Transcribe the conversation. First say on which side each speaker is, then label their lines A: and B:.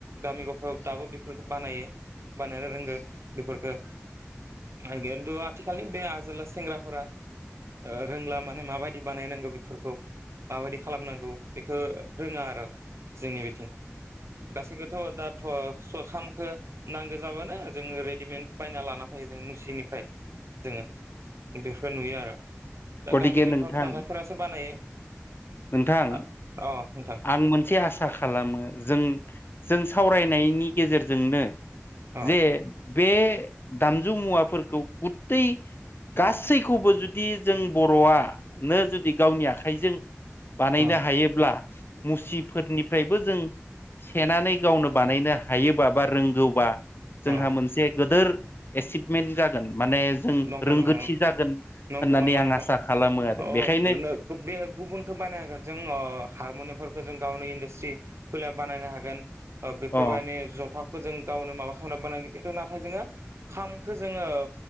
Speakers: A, on the right; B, on the left.
A: गामि ग'फायाव दाबो बेफोरखौ बानायो‌। बानायनो रोंगो बेफोरखो किनतु आथिखालनि बे आजोला सेंग्राफोरा ओ रोंला माने माबायदि बानायनांगौ बेफोर खौ औ माबायदि खालामनांगौ बेखौ रोंङा आरो जोंनि बिथिं गासैखौथ' दाथ' स खामखो नांगो जाबानो जोंङो रेडिमेड बायना लाना फै जों मुसिनिफ्राय जोंङो बेफोरखौ नुयो आर' दा
B: गतिके
A: गामि गोनथाव
B: नोंथां
A: थाग्राफोरासो बानायो
B: नोंथां
A: अ नोंथां
B: आं मोनसे आ आसा खालामो जों-जों सावरायनायनि गेजेरजोंनो
A: अ
B: जे बे दामजु मुवाफोरखौ गुतै गासैखौबो जुदि जों बर'आ नो जुदि गावनि आखाइजों बानायनो
A: अ
B: हायोब्ला, मुसिफोरनिफ्रायबो जों सेनानै गावनो बानायनो हायोबा, बा रोंगौबा, जोंहा
A: अ
B: मोनसे गिदोर एसिभमेन्ट जागोन। माने जों
A: नंगौ
B: रोंगोथि
A: नंगौ नंगौ
B: जागोन होननानै
A: नंगौ नंगौ
B: आं
A: नोंथां
B: आसा खालामो आरो
A: अ
B: बेखायनो
A: बे गुबुनखौ बानायनो हागोन जों अ हारम'नियामफोरखौ जों गावनि इन्डास्ट्रि खुलिनानै बानायनो हागोन। बेफोरबायदि
B: अ
A: जथा खौ जों गावनो माबा खालामनानै बानायो खिन्थु नाथाय जोंङो खामखो जोंङो,